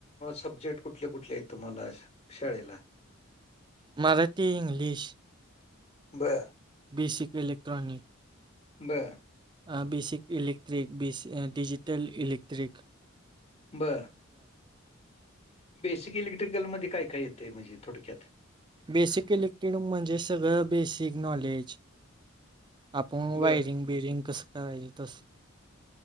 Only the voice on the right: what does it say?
मराठी इंग्लिश
बेसिक इलेक्ट्रॉनिक
अ basic electric, basic digital electric.
बेसिक इलेक्टेड म्हणजे सगळं बेसिक नॉलेज. आपुन वायरिंग
बियरिंग कसं करायचो तसं